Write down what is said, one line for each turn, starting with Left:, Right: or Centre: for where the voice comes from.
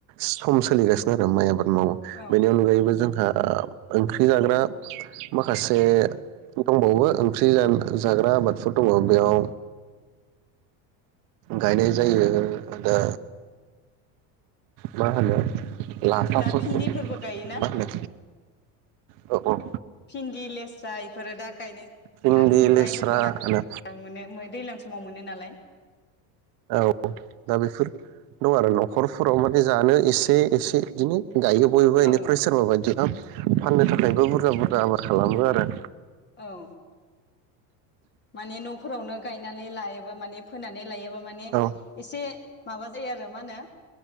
Right: सम सोलिगासिनो आरो माइ आबाद मावो
Left: औ
Right: बेनि अनगायैबो जोंहा ओंख्रि जानो माखासे दंबावो ओंख्रि जाग्रा आबादफोर दङ बेयाव गायनाय जायो दा मा होनो लाफाफोर
Left: दा भिन्दिफोरबो गायोना
Right: मा होनो औ
Left: भिन्दि लेस्रा इफोरो दा गायनाय जोन
Right: भिन्दि
Left: आरो खुमब्रा
Right: लेस्रा
Left: बेफोरखौ दाज
Right: होनो
Left: मोनो दैज्लां समाव मोनो नालाय
Right: औ दा बेफोर दं आरो न'खरफोराव माने जानो एसे एसे बिदिनो गायो बयबो
Left: औ
Right: इनिफ्राय सोरबा बायदिया फाननो थाखायबो बुरजा बुरजा आबाद खालामो आरो
Left: औ माने न'फोरावनो गायनानै लायोबा माने फोनानै लायोबा माने
Right: औ
Left: एसे माबा जायो आरो मा होनो